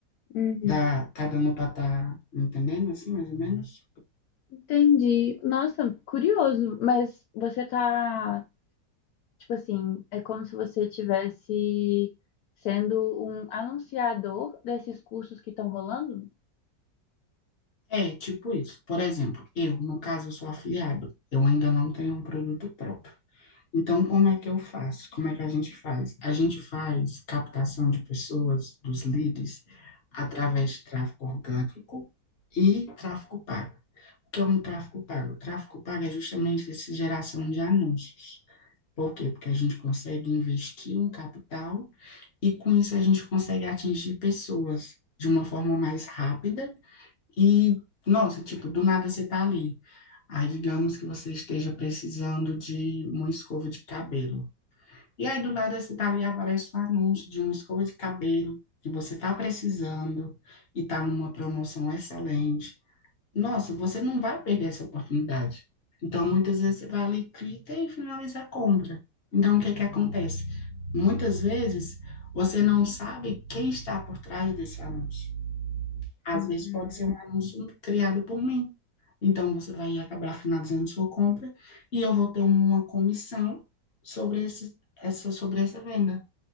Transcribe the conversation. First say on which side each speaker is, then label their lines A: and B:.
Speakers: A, on the left; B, on the left.
A: Uhum.
B: Dá, tá dando para estar tá entendendo assim, mais ou menos?
A: Entendi. Nossa, curioso, mas você tá, tipo assim, é como se você tivesse sendo um anunciador desses cursos que estão rolando?
B: É, tipo isso. Por exemplo, eu, no caso, eu sou afiliado. Eu ainda não tenho um produto próprio. Então, como é que eu faço? Como é que a gente faz? A gente faz captação de pessoas, dos leads, através de tráfego orgânico e tráfego pago. O que é um tráfego pago? O tráfego pago é justamente essa geração de anúncios. Por quê? Porque a gente consegue investir um capital e com isso a gente consegue atingir pessoas de uma forma mais rápida e, nossa, tipo, do nada você tá ali. Aí, digamos que você esteja precisando de uma escova de cabelo. E aí do lado desse dali aparece um anúncio de uma escova de cabelo que você está precisando e está numa promoção excelente. Nossa, você não vai perder essa oportunidade. Então, muitas vezes você vai ali, clica e finaliza a compra. Então, o que é que acontece? Muitas vezes você não sabe quem está por trás desse anúncio. Às
A: Uhum.
B: vezes pode ser um anúncio criado por mim. Então você vai acabar finalizando sua compra e eu vou ter uma comissão sobre esse, essa, sobre essa venda.